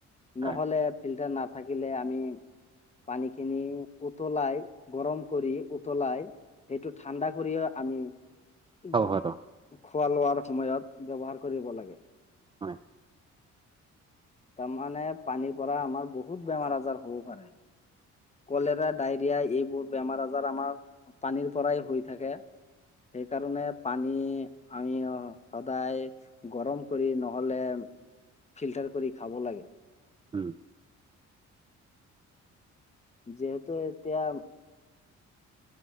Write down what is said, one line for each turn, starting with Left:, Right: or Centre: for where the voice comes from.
Right: হয়
Left: নহলে ফিল্টাৰ নাথাকিলে আমি, পানী খিনি উতলাই গৰম কৰি উতলাই, সেইটো ঠাণ্ডা কৰিয়ে আমি উম,
Right: হ'ব হ'ব
Left: খোৱা লোৱাৰ সময়ত ব্যৱহাৰ কৰিব লাগে।
Right: হয়।
Left: তাৰ মানে পানীৰ পৰা আমাৰ বহুত বেমাৰ- আজাৰ হ'ব পাৰে। কলেৰা, ডায়ৰিয়া এইবোৰ বেমাৰ - আজাৰ আমাৰ পানীৰ পৰাই হৈ থাকে। সেইকাৰণে পানী আমি সদায় গৰম কৰি নহলে ফিল্টাৰ কৰি খাব লাগে।
Right: উম।
Left: যিহেতু এতিয়া